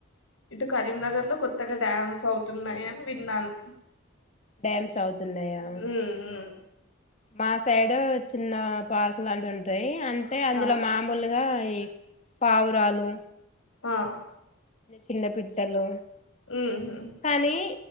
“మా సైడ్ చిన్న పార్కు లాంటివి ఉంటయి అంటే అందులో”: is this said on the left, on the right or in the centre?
Left